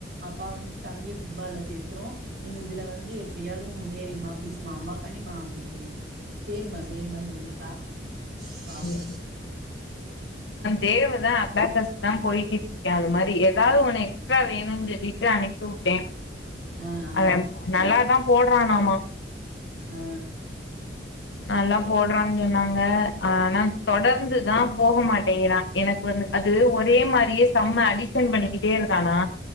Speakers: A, on the right (about 60°); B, on the left (about 85°).
A: அப்பா வந்து தம்பிய ஃபுட்பால்ல சேர்த்துரு நீ இதுல வந்து எப்பிடியாவது முன்னேறிருமா பிளீஸ்மா அம்மாக்கனிமா அப்டி சொல்லிருக்கே சேரிம்மா சேரிம்மா சொல்லிருக் த
B: சரி,
A: பாப்போ
B: தேவதா அபெகஸ் தா போயிட்டு இருக்க அது மாரி எதாவ்து ஒன்னு எக்ஸ்ட்ரா வேணும்ன்னு சொல்லிட்டு அனுப்பி வுட்டே
A: ஆ ஆ
B: அத நல்லாதா போட வேணாமா
A: ஆ
B: நல்லா போடறான் சொன்னாங்க ஆனா தொடர்ந்துதா போக மாட்டேங்கிறா எனக்கு வந்து அது ஒரே மாரியே சம்ம அடிஷன் பண்ணிகிட்டே இருக்கானா